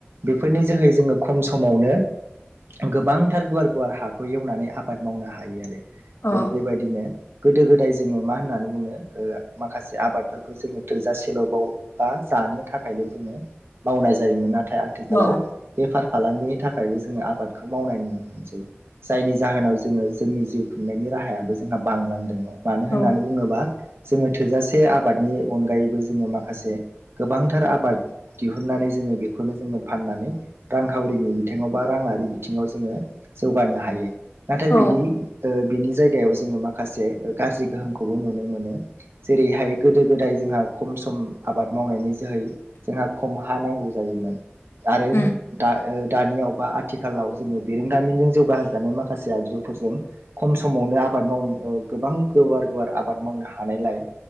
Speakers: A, on the right; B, on the left.
A: बेफोरनि जोहै जोङो खम समावनो गोबांथार गुवार गुवार हाखौ एवनानै आबाद मावनो हायो आरो
B: औ
A: बे बेबायदिनो गोदो गोदाय जोङो मा होननानै बुङो ओमाखासे आबादफोरखौ जोङो थोजासेल'बाव बा ज जानो थाखायल' जोङो मावनाय जायोमोन नाथाय आथिखालाव
B: औ
A: बेफार फालांगिनि थाखायबो जोङो आबादखौ मावनाय नुनो मोनसै जायनि जाहोनाव जोङो जोंनि जिउ खुंनायनि राहायाबो जोंहा बांलांदों मानो
B: औ
A: होननानै बुङोबा जोङो थोजासे आबादनि अनगायैबो जोङो माखासे गोबांथार आबाद दिहुननानै जोङो बेखौनो जोङो फाननानै रांखावरिनि बिथिङाव बा रां बिथिङाव जोङो जौगानो हायो ना
B: औ
A: बिनि ओ बिनि जायगायाव जोङो माखासे गाज्रि गोहोमखौबो नुनो मोनो। जेरैहाय गोदो गोदाय जोंहा खम सम आबाद मावनायनि जोहै जोंहा खम हा नांगौ जायोमोन आरो
B: उम
A: दा ओ दानियाव बा आथिखालाव जोङो बे जों बिरोंदामिनजों जौगाहोजानाय माखासे आगजु फोरजों खम समावनो आबाद मावनो ओ गोबां गोवार गुवार आबाद मावनो हानायलाय